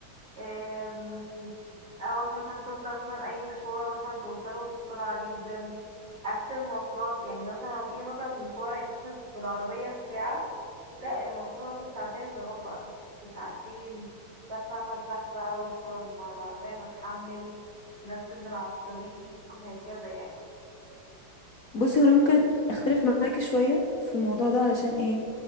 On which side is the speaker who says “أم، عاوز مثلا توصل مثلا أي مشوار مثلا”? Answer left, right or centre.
Right